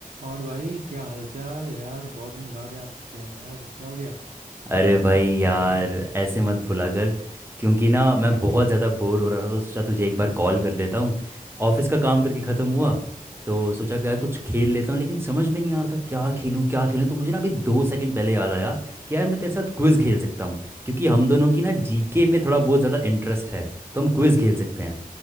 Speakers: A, on the right; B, on the right.
A: और भाई क्या हालचाल यार बहुत दिन बाद याद किया यार क्या हो गया
B: अरे
A: कोई दिक्कत
B: भाई
A: दिक्कत
B: यार
A: तो नहीं है
B: ऐसे मत भुला कर क्योंकि ना
A: <laughs>
B: मैं बहुत ज़्यादा बोर हो रहा था तो सोचा तुझे एक बार कॉल कर लेता हूँ ऑफिस का काम करके ख़त्म हुआ तो सोचा कि यार कुछ खेल लेता हूँ लेकिन समझ में नहीं आ रहा था क्या खेलूँ क्या खेलूँ तो मुझे ना अभी दो सेकंड पहले याद आया कि यार मैं तेरे साथ क्विज़ खेल सकता हूँ क्योंकि हम दोनों की ना जीके में थोड़ा बहुत ज़्यादा इंटरेस्ट है तो हम क्विज़ खेल सकते हैं